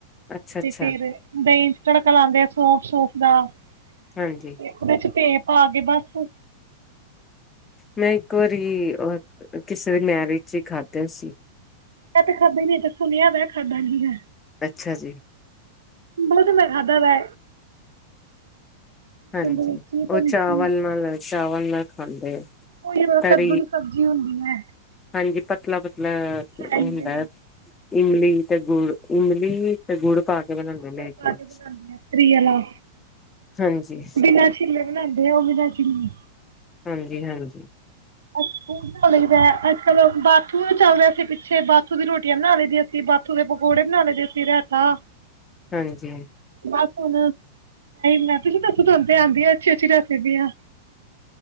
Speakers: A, on the left; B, on the right.
A: ਅੱਛਾ ਅੱਛਾ
B: ਤੇ ਫੇਰ ਦਹੀਂ ਚ ਤੜਕਾ ਲਾਉਦੇ ਆ ਸੋਫ ਸੂਫ ਦਾ ਤੇ
A: ਹਾਂਜੀ
B: ਉਹਦੇ ਚ ਪੇਪ ਆ ਗ ਬਸ
A: ਮੈਂ ਇੱਕ ਵਾਰੀ ਅ ਕਿਸੇ ਦੇ ਮੈਰਿਜ ਹੀ ਖਾਧਿਆ ਸੀ
B: ਮੈਂ ਤੇ ਖਾਬੇ ਨ ਸੁਣਿਆ ਮੈਂ ਖਾਦਾਂਗੀ ਹੈ
A: ਅੱਛਾ ਜੀ
B: ਬਹੁਤ ਮੈਂ ਖਾਧਾ ਵਾ
A: ਹਾਂਜੀ
B: ਦੇ ਵਿੱਚ ਹੀ
A: ਉਹ
B: ਬਣਦੀ
A: ਚਾਵਲ ਨਾਲ ਚਾ <unintelligible> ਖਾਂਦੇ ਆ
B: ਉਹੀ ਵਾ
A: ਤ
B: ਕੱਦੂ ਦੀ ਸਬਜ਼ੀ ਹੁੰਦੀ ਹੈ
A: ਹਾਂਜੀ ਪਤਲਾ ਪਤਲਾ
B: ਹਾਂਜੀ
A: ਹੁੰਦਾ ਇਮਲੀ ਤੇ ਗੁੜ ਇਮਲੀ ਤੇ ਗੁੜ ਪਾ ਕੇ ਬਣਾਉਂਦੇ ਮੇਰੇ
B: ਹੁੜਕਾ
A: ਖਿਆਲ
B: ਕੇ ਬਣਾਉਦੀ ਆ ਤਰੀਆਲਾ
A: ਹਾਂਜੀ
B: ਬਿਨਾਂ ਛਿਲੇ <unintelligible> ਡ ਉਹ ਵੀ ਲ ਚੜੀ
A: ਹਾਂਜੀ ਹਾਂਜੀ
B: <unintelligible> ਅੱਜ ਕੱਲ ਬਾਥੂ ਚੱਲ ਰਿਹਾ ਸੀ ਪਿੱਛੇ ਬਾਥੂ ਦੀ ਰੋਟੀਆਂ ਬਣਾ ਲਈ ਦੀਆਂ ਸੀ ਬਾਥੂ ਦੇ ਪਕੌੜੇ ਬਣਾ ਲਦੇ ਸੀ ਰਾਤਾ
A: ਹਾਂਜੀ
B: ਬਸ ਹੁਣ ਮੈਂ ਤੁਸੀਂ ਦੱਸੋ ਤ ਤੇ ਆਉਂਦੀ ਆ ਅੱਛੀ ਅੱਛੀ ਰੈਸਪੀਆਂ